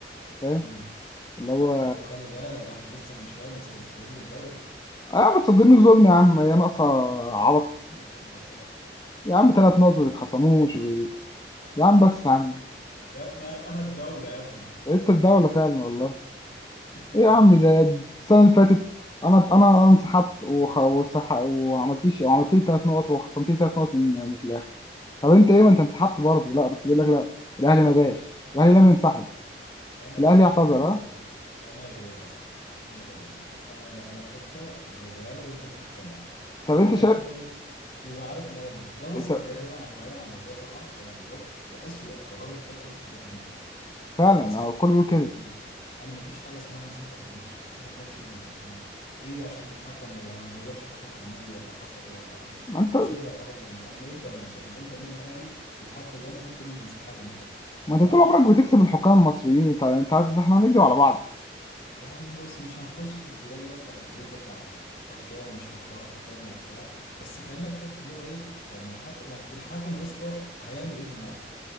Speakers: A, on the left (about 20°); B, on the left (about 55°).
A: فاهم
B: امم
A: اللي هو
B: لو خلي بالك ده احنا لسه من شوية متصدرين الدوري
A: اه بتصدمني ظلم يا عم يا ناقصه عبط
B: <laughs>
A: يا عم ثلاث نقط ما يتخصموش و... يا عم بس يا عم
B: يا ابني انا انا الدولة يا ابني
A: انت الدوله فعلا والله
B: <laughs>
A: ايه يا عم ده السنة اللي فاتت انا انا انسحبت وخ... وسح... وعملتيش وعملت لي ثلاث نقط وخصمت لي ثلاث نقط من من في الاخر طب انت ايه ما انت انسحبت برضه لا بس بيقول لك لا الاهلي ما جاش الاهلي لم ينسحب
B: انا
A: الاهلي اعتذر
B: انا
A: ها
B: غيرك انا غيرك يا صاحبي انا غيرك يا صاحبي انا انا في حتة مؤاخذة انا وانت في حتة تانية
A: طب
B: كل
A: انت
B: واحد
A: شايف
B: فينا ايه يبقى عارف مقامه ده بص
A: انت
B: بعيد بعيد عن بعيد عن الهزار طبعا بعيد عن الهزار ده أسوأ قرار اتاخد في تاريخ النادي الاهلي
A: فعلا
B: ده اسوأ
A: هو
B: قرار
A: الكل بيقول
B: في تاريخ
A: كده
B: النادي انا ما فيش حاجه اسمها انسحب من ماتش انسحب من ماتش ايه اللي انسحب منه ايه عشان الحكم ولا ما جابولكش حكم اجنبي ولا حصل ايه ولا
A: ما انت
B: ماكشيه ولا الحكم الاجنبي انا من امتى انا بنسحب من امتى النادي الاهلي ويتحط جنبه كلمه انسحاب النادي الاهلي ما
A: ما
B: ينفعش
A: انت طول عمرك بتكسب الحكام المصريين انت انت عارف- احنا هنكدب على بعض
B: يعني بص مش هنخش في الجدال ده بتاع الديبيت ده بتاع حكام ومش حكام حكام وبتاع بس خلينا في حته اللي هو ايه يعني حتى يعني الحكم يا اسطى هيعمل ايه في الملعب